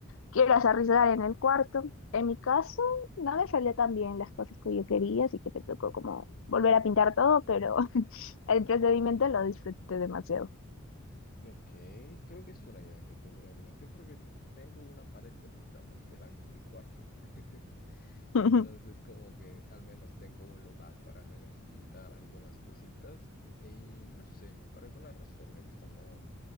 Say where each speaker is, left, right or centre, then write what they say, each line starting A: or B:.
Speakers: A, on the left; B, on the left.
A: quieras arriesgar en el cuarto. En mi caso, no me salió tan bien las cosas que yo quería, así que me tocó como volver a pintar todo, pero <laughs> el procedimiento lo disfruté demasiado.
B: Ok, creo que es una idea que tendré en mente porque tengo una pared completamente blanca en mi cuarto. <laughs> Entonces,
A: <laughs>
B: como que al menos tengo un lugar para al menos pintar algunas cositas. Y no sé, por alguna razón me gustan como